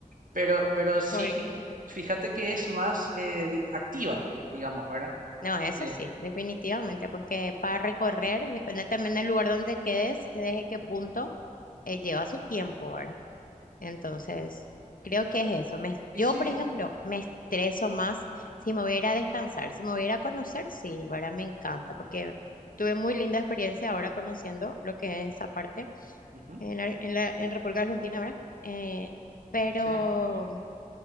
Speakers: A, on the right; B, on the left.
A: Pero, pero sí,
B: Por-
A: fija- fíjate que es más eh, di- activa, digamos, ¿verdad?
B: No, eso
A: Eh,
B: sí, definitivamente, porque para recorrer, depende también del lugar donde quedes, desde qué
A: ujú.
B: punto eh, lleva su tiempo, ¿verdad? Entonces, creo que es eso. Me-
A: y
B: yo,
A: sí.
B: por ejemplo, me estreso más si me voy a ir a descansar, si me voy a ir a conocer, sí, ¿verdad? Me encanta,
A: mm,
B: porque tuve muy linda experiencia ahora conociendo lo que es esa parte
A: ujú,
B: en, Ar- en la, en República Argentina, ¿verdad? Eh, pero...
A: Sí.